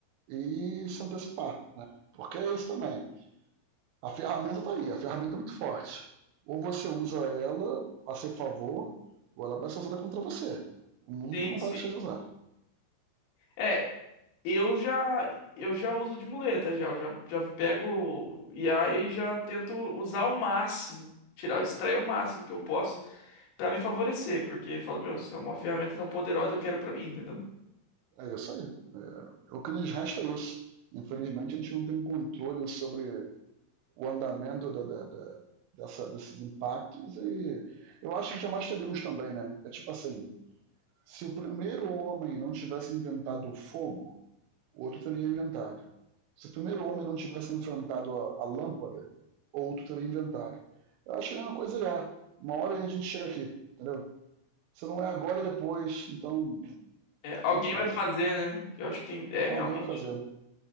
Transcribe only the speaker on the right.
e se antecipar. Né? Porque é isso também. A ferramenta está aí, a ferramenta é muito forte. Ou você usa ela a seu favor, ou ela vai ser usada contra você. O mundo
não
vai deixar de usar.
É isso aí. É, o que nos resta é isso. Infelizmente, a gente não tem controle sobre o andamento da, da, da, dessa, desses impactos. E eu acho que jamais teríamos também, né? É tipo assim: se o primeiro homem não tivesse inventado o fogo, o outro teria inventado. Se o primeiro homem não tivesse enfrentado a, a lâmpada, o outro teria inventado. Eu acho que é uma coisa já. Uma hora a gente chega aqui, entendeu? Se não é agora, é depois. Então,
tanto faz.
Alguém
vai fazer,